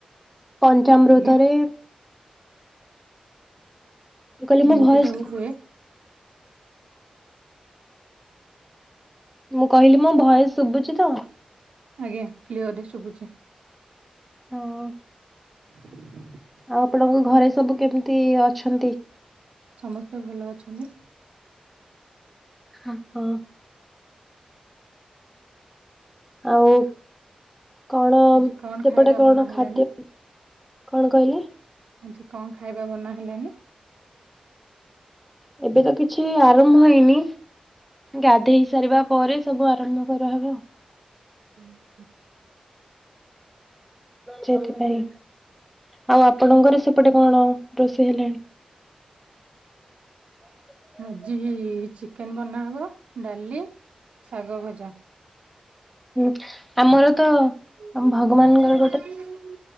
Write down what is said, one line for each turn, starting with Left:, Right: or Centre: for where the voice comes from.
Centre: ପଞ୍ଚମୃତରେ
Right: ଆଜ୍ଞା
Centre: ମୁଁ କହିଲି ମୋ
Right: ଏମିତି
Centre: ଭଏସ
Right: ସବୁ ହୁଏ।
Centre: ମୁଁ କହିଲି ମୋ ଭୟସ ଶୁଭୁଛି ତ?
Right: ଆଜ୍ଞା କ୍ଲିଅର ରେ ଶୁଭୁଛି।
Centre: ହଁ।
Right: <inaudible>
Centre: ଆଉ ଆପଣଙ୍କ ଘରେ ସବୁ କେମିତି ଅଛନ୍ତି?
Right: ସମସ୍ତେ ଭଲ ଅଛନ୍ତି।
Centre: ହୁଁ ଆଉ କଣ
Right: ଆଜି କଣ
Centre: ସେପଟେ
Right: ଖାଇବା
Centre: କଣ
Right: ବନା ହେଲାନି
Centre: ଖାଦ୍ୟ କଣ କହିଲେ?
Right: ଆଜି କଣ ଖାଇବା ବନା ହେଲାଣିି?
Centre: ଏବେ ତ କିଛି ଆରମ୍ଭ ହେଇନି। ଗାଧେଇ ସାରିବା ପରେ ସବୁ ଆରମ୍ଭ କରାହବ।
Right: ହୁଁ।
Centre: ସେଥିପାଇଁ ଆଉ ଆପଣଙ୍କର ସେପଟେ କଣ ରୋଷେଇ ହେଲାଣି? ହ
Right: ଆଜି ଚିକେନ ବନାହବ ଡାଲି ଶାଗ ଭଜା।
Centre: ହୁଁ ଆମର ତ
Right: <unintelligible>
Centre: ଆମ ଭଗବାନଙ୍କର ଗୋଟେ